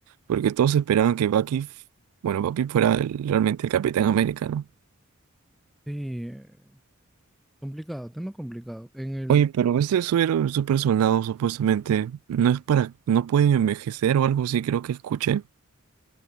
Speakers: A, on the right; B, in the centre.
A: Porque todos esperaban que Bucky, f- bueno, Bucky fuera el- realmente el Capitán América, ¿no?
B: Sí, eh, complicado, tema complicado. En el,
A: Oye, pero este suero, super soldado, supuestamente, no es para, no puede envejecer o algo así, creo que escuché.